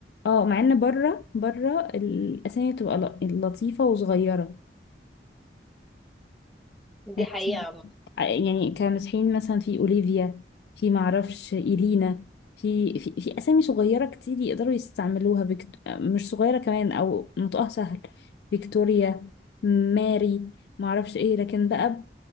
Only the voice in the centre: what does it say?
دي
حقيقة
عامة